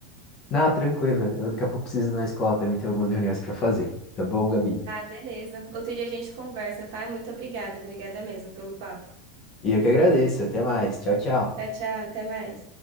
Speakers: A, on the left; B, on the right.
A: Não, tranquila. eu daqui a pouco preciso ir na escola também, tem algumas reuniões para fazer. Tá bom, Gabi?
B: Tá, beleza. Outro dia a gente conversa, tá? Muito obrigada, obrigada mesmo pelo papo.
A: E eu que agradeço, até mais. Tchau, tchau.
B: Tchau, tchau, até mais.